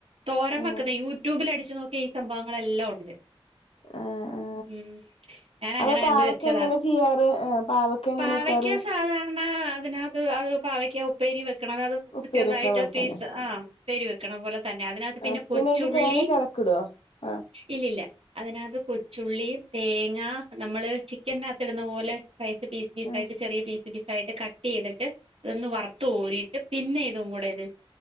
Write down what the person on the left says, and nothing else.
ആ
ആ ആ
അപ്പൊ
പാവക്ക
എങ്ങനെ ചെയ്യാറ് ആ പാവക്ക എങ്ങനെ
വെക്കാറ്
ഉപ്പേരി
വെക്കണ പോലെ
തന്നെ
ആ
അയ്ക്ക് തേങ്ങ ചെതക്കിടോ ആ
ആ